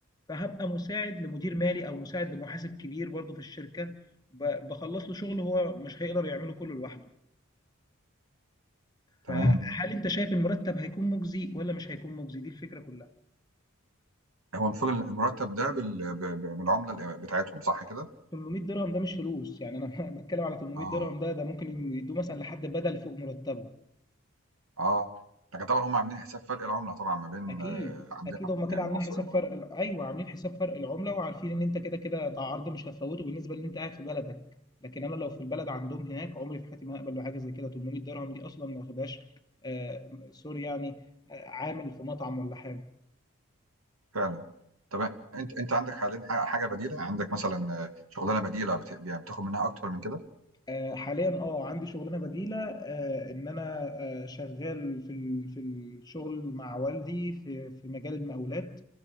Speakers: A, on the left; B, on the right.
A: فهبقى مساعد لمدير مالي او مساعد لمحاسب كبير برضه في الشركه ب- بخلص له شغل هو مش هيقدر يعمله كله لوحده
B: تمام.
A: فهل انت شايف المرتب هيكون مجزي ولا مش هيكون مجزي دي الفكره كلها
B: هو المفروض المرتب ده بال ب ب بالعملة ال بتاعتهم صح كده؟
A: 800 درهم ده مش فلوس يعني انا <laughs> بتكلم على 800
B: آه،
A: درهم ده ده ممكن يدوه مثلا لحد بدل فوق مرتبه
B: آه، لكن طبعًا هُم عاملين حساب فرق العملة طبعًا ما بين
A: اكيد
B: آه، عندنا
A: اكيد هم كده
B: آه،
A: عاملين
B: مصر
A: حساب
B: والإمارات
A: فرق ال- ايوه عاملين حساب فرق العمله وعارفين ان انت كده كده ده عرض مش هتفوته بالنسبه ان انت قاعد في بلدك لكن انا لو في البلد عندهم هناك عمري في حياتي ما هقبل بحاجه زي كده 800 درهم دي اصلا ما ياخدهاش آه سوري يعني آه عامل في مطعم ولا حاجه
B: فعلًا. طب أنت أنت عندك حاليًا ح حاجة بديلة، عندك مثلًا آه، شغلانة بديلة بت يعني بتاخد منها أكتر من كده؟
A: آه، حاليا اه عندي شغلانه بديله آه، ان انا آه، شغال في ال- في الشغل مع والدي في في مجال المقاولات